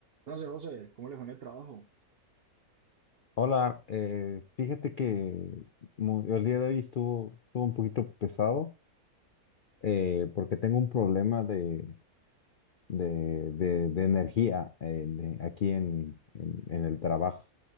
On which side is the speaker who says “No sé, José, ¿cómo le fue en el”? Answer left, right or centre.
Right